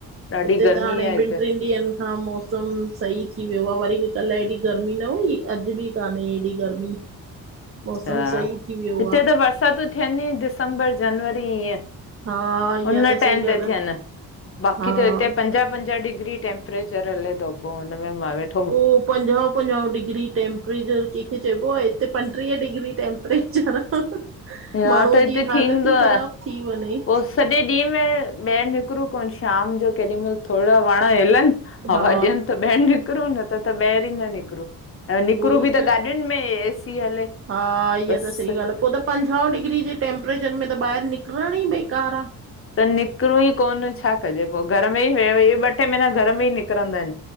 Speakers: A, on the left (about 30°); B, on the right (about 35°).
A: ॾाढी
B: हिते
A: गर्मी
B: त हाणे
A: आ हिते।
B: ॿिन ट्रिनिंन् ॾींहंन। हा मौसम सही थी वयो आ, वरी बि कल्ह एहड़ी गर्मी न हुई अॾ बि कान्हे एॾी गर्मी।
A: अच्छा
B: मौसम सही थी वियो
A: हिते
B: आहे
A: त बरसातूं थियनई दिसंबर जनवरी ईअं।
B: हा इहा
A: हुन
B: त
A: टाइम
B: सही
A: ते
B: ॻाल्हि
A: थियन
B: आहे
A: बाक़ी
B: हा
A: त हिते पंजाह पंजाह डिग्री तेंप्। टेप्रेचर हले थो, पो हुन में मां वेठि
B: पो हू पंजाहु पंजाहु डिग्री टेम्परेचर कैंखे चइबो आ हिते पंटीह डिग्री टैम्परेचर आ,
A: हा
B: माण्हूअ
A: त हिते
B: जी
A: थींदो
B: हालति ई ख़राबु
A: आ।
B: थी वंञे
A: पो सॼे ॾींहं में ॿाहिरि निकिरूं कोन, शाम जो केॾी मइल थोङो वण हिलन हवा
B: हा
A: ॾियनि त ॿाहिरि निकिरूं, न त त ॿाहिरि ई न निकिरो ऐं निकिरूं
B: उहो ई
A: बि त गाॾियुनि में एसी हले।
B: हा इहा
A: बसि
B: त सही ॻाल आ, पो त पंजा डिग्री जे टेम्प ट्रेचर में त बाहिर निकरण ई बेकार आ।
A: त निकिरूं ई कोन, छा कजे पो, घर में ई व ॿ टे महीना घर में ई निकिरंदा आहिन।